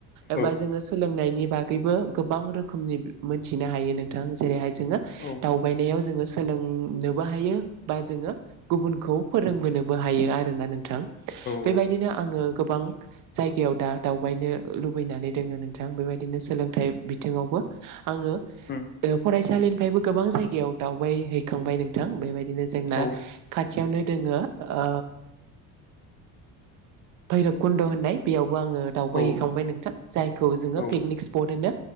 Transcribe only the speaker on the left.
औ
औ
औ
उम
औ
औ
औ